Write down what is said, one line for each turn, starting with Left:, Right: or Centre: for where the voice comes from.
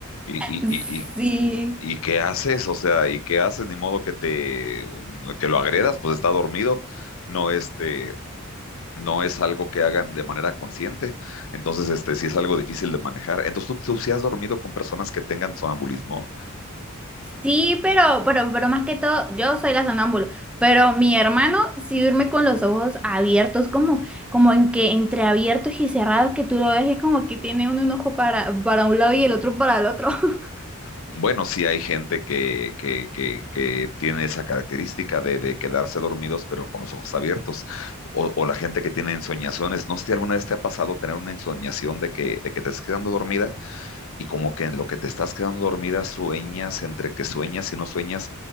Left: ¿Y,
Centre: <laughs>
Left: y, y, y,
Centre: Sí.
Left: y qué haces? O sea, ¿y qué haces? Ni modo que te, que lo agredas, pues está dormido. No, este, no es algo que hagan de manera consciente, entonces este sí es algo difícil de manejar. Entonces tú, tú si has dormido con personas que tengan sonambulismo,
Centre: Sí, pero, pero, pero más que todo, yo soy la sonámbula, pero mi hermano sí duerme con los ojos abiertos, como, como en que entre abiertos y cerrados, que tú lo ves y como que tiene uno un ojo para, para un lado y el otro para el otro. <laughs>
Left: bueno, sí hay gente que, que, que, que tiene esa característica de, de quedarse dormidos pero con los ojos abiertos, o, o la gente que tiene ensoñaciones, no sé si alguna vez te ha pasado tener una ensoñación de que, de que te estás quedando dormida y como que en lo que te estás quedando dormida sueñas, entre que sueñas y no sueñas,